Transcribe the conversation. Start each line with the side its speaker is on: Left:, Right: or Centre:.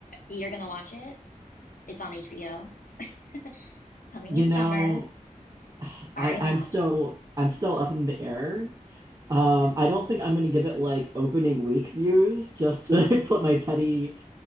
Left: you're gonna watch it. It's on HBO. <laughs> Coming
Right: You
Left: in
Right: know,
Left: summer.
Right: <sighs>
Left: Are
Right: I
Left: you
Right: I'm
Left: gonna watch
Right: still
Left: it?
Right: I'm still up in the air. Um,
Left: Yeah.
Right: I don't think I'm gonna give it like opening week views just to <laughs> put my petty